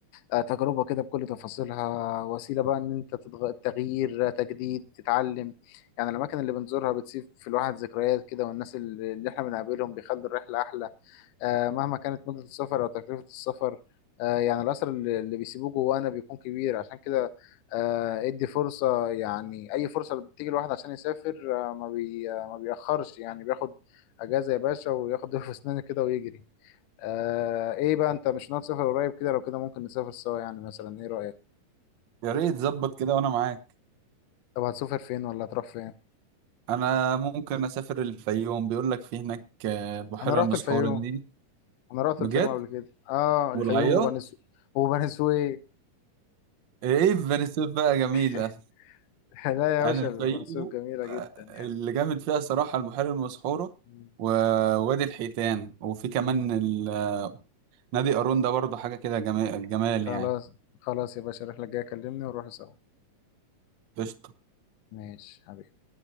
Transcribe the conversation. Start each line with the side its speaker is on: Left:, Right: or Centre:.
Left: آه، تجربة كده بكل تفاصيلها وسيلة بقى ان انت تتغ... تغيير آه، تجديد تتعلم يعني الاماكن اللي بنزورها بتسيب في الواحد ذكريات كده والناس اللي اللي احنا بنقابلهم بيخلوا الرحلة احلى آه، مهما كانت مدة السفر او تكلفة السفر آه، يعني الاثر اللي اللي بيسيبوه جوانا بيكون كبير عشان كده آه، ادي فرصة يعني اي فرصة بتيجي الواحد عشان يسافر آه، ما بي... آه، ما بيأخرش يعني بياخد اجازة يا باشا وياخد ضرب في اسنانه كده ويجري آه ايه بقى انت مش ناوي تسافر قريب كده لو كده ممكن نسافر سوا يعني مثلا ايه رأيك
Right: يا ريت ظبط كده وانا معاك
Left: طب هتسافر فين ولا هتروح فين
Right: انا ممكن اسافر الفيوم بيقول لك في هناك آه، بحيرة
Left: انا رحت
Right: المسحورة
Left: الفيوم
Right: دي
Left: انا رحت
Right: بجد
Left: الفيوم قبل كده اه
Right: والعياط
Left: الفيوم وبني سويف وبني سويف
Right: ايه فينيسيف بقى جميلة
Left: <laughs> لا يا
Right: يعني
Left: باشا
Right: الفيوم
Left: بني سويف جميلة
Right: آه،
Left: جدا يعني
Right: اللي جامد فيها صراحة البحيرة المسحورة
Left: مم.
Right: ووادي الحيتان وفي كمان
Left: مم.
Right: ال- نادي قارون ده برضه حاجة كده جمال الجمال
Left: خلاص
Right: يعني
Left: خلاص يا باشا الرحلة الجاية كلمني ونروح سوا
Right: قشطة
Left: ماشي